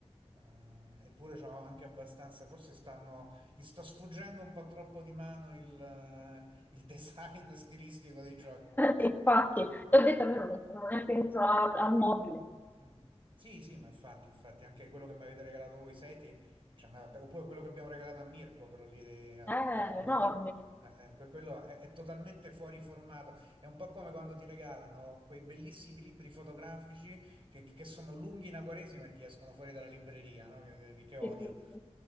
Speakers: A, on the right; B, on the left.
A: Eh, eppure c'ho anche abbastanza, forse stanno, gli sto sfuggendo un po' troppo di mano il, eh, il design <laughs> stilistico dei giochi.
B: Infatti,
A: Mm.
B: ti ho detto a me non mi sono neanche dentro al, al mobile.
A: Mm. Sì, sì, ma infatti, infatti, anche quello che mi avete regalato voi, Seti, ci andava- oppure quello che abbiamo regalato a Mirko, quello lì eh, al
B: Eh, è
A: compleanno
B: enorme.
A: suo, eh, eh, que- quello è, è totalmente fuori formato. È un po' come quando ti regalano quei bellissimi libri fotografici che, che sono lunghi in Quaresima e ti escono fuori dalla libreria, no? Che, che- che odio.
B: Sì, sì, sì.